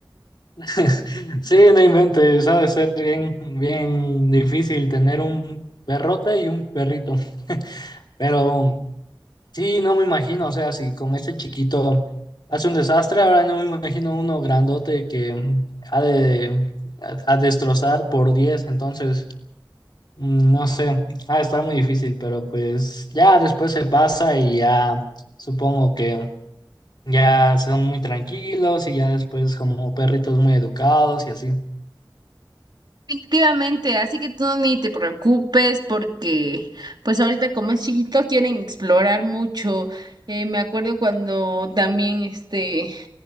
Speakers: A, on the left; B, on the right.
A: <laughs> Sí, no inventes, ha de ser bien, bien difícil tener un perrote y un perrito, <laughs> pero... Sí, no me imagino, o sea, si con este chiquito hace un desastre, ahora no me imagino uno grandote que mm, ha de a, a destrozar por 10 entonces, mm, no sé, ha de estar muy difícil, pero pues ya después se pasa y ya supongo que ya son muy tranquilos y ya después como perritos muy educados y así.
B: Definitivamente, así que tú ni te preocupes porque pues ahorita como es chiquito quieren explorar mucho. Eh, me acuerdo cuando también este